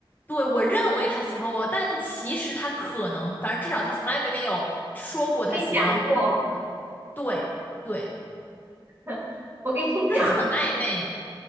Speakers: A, on the left; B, on the right.
A: 对我认为他喜欢我，但其实他可能，反正至少他从来没有说过他喜欢我，
B: 跟你讲过，
A: 对对，
B: <laughs> 我跟你讲，
A: 就是很暧昧，